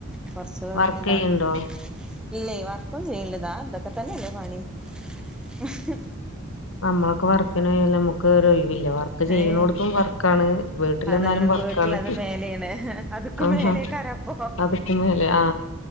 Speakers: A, in the centre; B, on the left.
A: കൊറച്ചുകൊറ്
B: വർക്ക്
A: ണ്ടാക്കും.
B: ചെയ്യണ്ടോ
A: ഇല്ലേ വർക്കൊന്നുംചെയില്യ ദാ തക്കെ തന്നെയല്ലേ പണി ഹ്ഹ്.
B: അമ്മളൊക്കെ വർക്കിന് പോയാലമ്മക്ക് ഒരൊയിവില്ല വർക്ക് ചെയ്യണൊടത്തും
A: ഏഹ്
B: വർ. ക്കാണ് വീട്ടിലന്നാലും
A: അതാണ്
B: വർക്കാണ്
A: വീട്ടിലത് മേലെയാണ് അത്ക്കും
B: ആഹ.
A: മേലേക്കാരം അപ്പൊ
B: അത്ക്ക്മേലെ ആ.